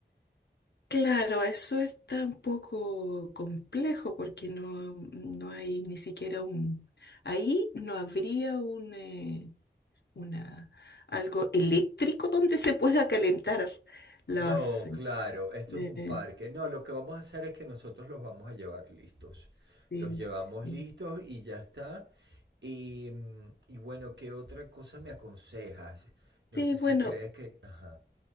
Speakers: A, on the left; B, on the right.
A: Claro, eso está un poco complejo porque no, no hay ni siquiera un... Ahí no habría un, eh, una, algo eléctrico donde se pueda calentar las...
B: No,
A: eh,
B: claro, esto es un
A: eh,
B: parque. No, lo que vamos a hacer es que nosotros los vamos a llevar listos.
A: sí,
B: Los llevamos
A: sí.
B: listos y ya está. Y, mm, y bueno, ¿qué otra cosa me aconsejas? No
A: Sí,
B: sé
A: bueno.
B: si crees que... Ajá,